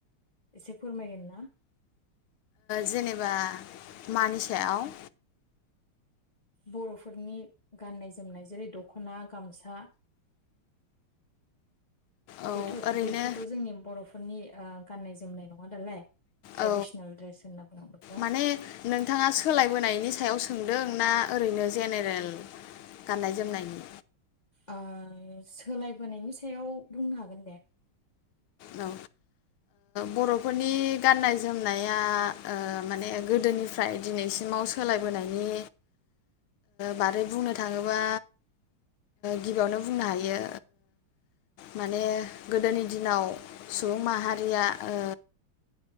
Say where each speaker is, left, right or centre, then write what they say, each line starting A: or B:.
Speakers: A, on the left; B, on the left.
A: एसे फोरमायगोन ना?
B: जेनेबा मानि सायाव?
A: बर'फोरनि गाननाय जोमनाय जेरै दखना, गामसा
B: औ
A: बेथ'
B: ओरैनो
A: बेफोरथ' जोंनि बर'फोरनि गाननाय जोमनाय नङा दालाय, ट्रेडिसनेल
B: औ
A: ड्रेस होनना बुङो बेखौ
B: माने नोंथाङा सोलायबोनायनि सायाव सोंदों ना ओरैनो जेनेरेल गाननाय जोमनायनि
A: ओ सोलायबोनायनि सायाव बुंनो हागोन दे
B: औ बर'फोरनि गाननाय जोमनाया माने गोदोनिफ्राय दिनैसिमाव सोलायबोनायनि बादै बुंनो थाङोबा गिबियावनो बुंनो हायो माने गोदोनि दिनाव सुबुं माहारिया ओ